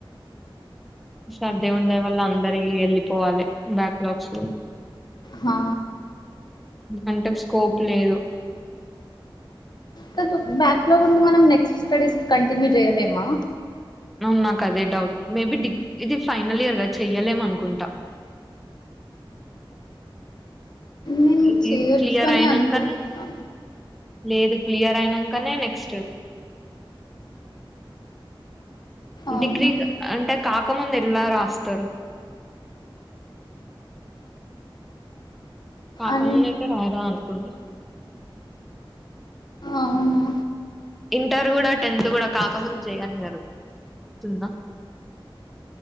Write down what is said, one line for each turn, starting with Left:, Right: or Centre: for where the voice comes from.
Centre: ష్ దేవుని దయ వల్ల అందరియి వెళ్ళిపోవాలి బ్యాక్ లాగ్స్
Left: హా
Centre: అంటే స్కోప్ లేదు
Left: కాదు బ్యాక్లాగ్ ఉంటే మనం నెక్స్ట్ స్టడీస్ కంటిన్యూ చేయలేమా
Centre: అవును నాక్ అదే డౌట్ మేబి డిగ్ ఇది ఫైనల్ ఇయర్ గా చెయ్యలేమనుకుంటా
Left: నేను
Centre: ఇది
Left: చేయొచ్చు
Centre: క్లియర్
Left: అని
Centre: అయినాంకనే
Left: అనుకుంటున్నా
Centre: లేదు క్లియర్ అయినంకనే నెక్స్ట్
Left: అవును
Centre: డిగ్రీ అంటే కాకముందే ఎల్లా రాస్తారు కాకముందైతే
Left: అన్
Centre: రాయ రాదనుకుంటా
Left: అవునా
Centre: ఇంటర్ కూడా టెన్త్ కూడా కాకముందు చేయనియారు గుర్తుందా